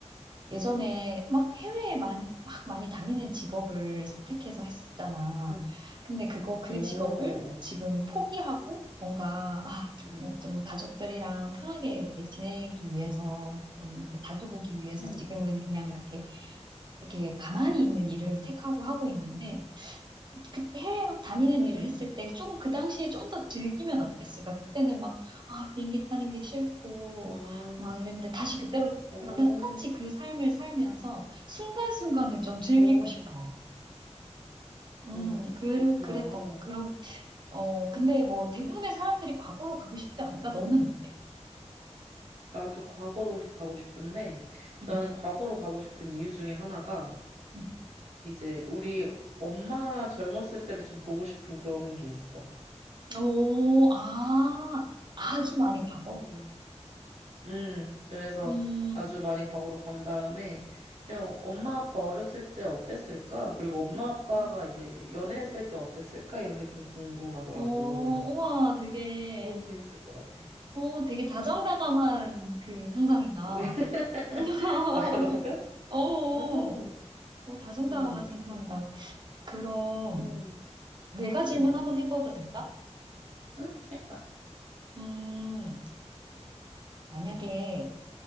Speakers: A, on the right; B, on the right.
A: 예전에 막 해외에 많이 막 많이 다니는 직업을 선택해서 했었잖아.
B: 응.
A: 근데 그거 그
B: 오, 오,
A: 직업을 지금
B: 오.
A: 포기하고 뭔가 아,
B: 응,
A: 뭐 좀 가족들이랑 편하게 이렇게 지내기 위해서 좀 이렇게 자주 보기 위해서
B: 응,
A: 지금은 그냥 이렇게 이렇게 가만히 있는 일을
B: 응,
A: 택하고 하고 있는데 그 해외 막 다니는
B: 응.
A: 일을 했을 때 좀 그 당시에 좀 더 즐기면 어땠을까? 그때는 막, 아, 비행기 타는 게 싫고,
B: 아,
A: 막 이랬는데 다시 그때로
B: 오,
A: 돌아가 똑같이 그 삶을 살면서 순간순간을 좀 즐기고
B: 오,
A: 싶어. 음,
B: 오,
A: 그,
B: 그렇구나.
A: 그랬던, 그런, 어, 근데 뭐 대부분의 사람들이 과거로 가고 싶지 않을까? 너는 어때?
B: 나도 과거로 가고 싶은데
A: 음,
B: 나는 과거로 가고 싶은 이유 중에 하나가
A: 음.
B: 이제 우리 엄마 젊었을 때를 좀 보고 싶은 그런 게 있어.
A: 오, 아, 아주 많이 가고.
B: 음. 음, 그래서
A: 음,
B: 아주 많이 과거로 간 다음에 그냥 엄마 아빠 어렸을 때 어땠을까? 그리고 엄마
A: 어,
B: 아빠가 이제 연애했을 때 어땠을까? 이런 게 좀 궁금하더라고.
A: 어, 우와, 되게.
B: 너무 재밌을 것 같아.
A: 오, 되게 다정다감한 그 상상이다.
B: <laughs>
A: <laughs>
B: 아, 그런가?
A: 어,
B: 음,
A: 어, 다정다감한
B: 음,
A: 상상이다.
B: 그-
A: 그럼
B: 음,
A: 내가 질문
B: 음,
A: 한번 해봐도 될까?
B: 음, 해봐.
A: 음, 만약에